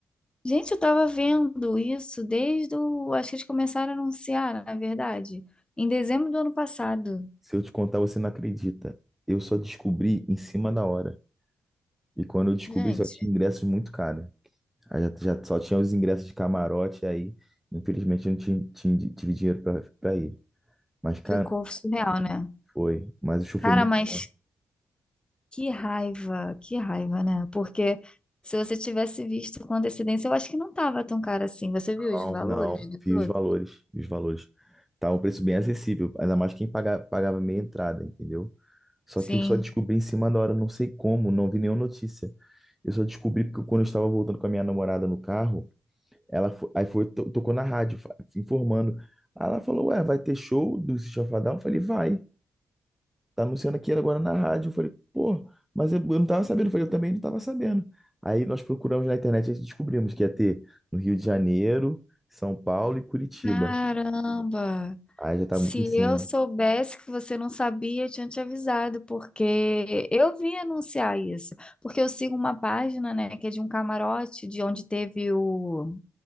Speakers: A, on the left; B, in the centre.
A: Gente, eu tava vendo isso desde o... Acho que eles começaram a anunciar, na verdade, em dezembro do ano passado.
B: Se eu te contar, você não acredita. Eu só descobri em cima da hora. E quando eu descobri,
A: Gente,
B: só tinha ingressos muito caros. Aí Já, já só tinha os ingressos de camarote, aí, infelizmente, eu não tinha, tinha- tive dinheiro para pra ir. Mas, cara,
A: ficou surreal, né?
B: foi. Mas o show
A: Cara,
B: foi muito
A: mas
B: bom.
A: que raiva, que raiva, né? Porque se você tivesse visto com antecedência, eu acho que não tava tão caro assim. Você viu
B: Não,
A: os valores
B: não,
A: dos
B: vi
A: outros?
B: os valores, vi os valores. Tá um preço bem acessível, ainda mais quem paga, pagava meia entrada, entendeu? Só
A: Sim.
B: que eu só descobri em cima da hora, não sei como, não vi nenhuma notícia. Eu só descobri porque quando eu estava voltando com a minha namorada no carro, ela fo- aí foi, to- tocou na rádio, fa- informando. Aí ela falou, ué, vai ter show do System of a Down? Eu falei, vai tá anunciando aqui agora na rádio. Eu falei, pô, mas eu, eu não tava sabendo. Eu falei, eu também não tava sabendo. Aí nós procuramos na internet e descobrimos que ia ter no Rio de Janeiro, São Paulo e Curitiba.
A: Caramba!
B: Aí já tá
A: Se
B: muito em cima.
A: eu soubesse que você não sabia, eu tinha te avisado, porque eu vim anunciar isso. Porque eu sigo uma página, né, que é de um camarote, de onde teve o,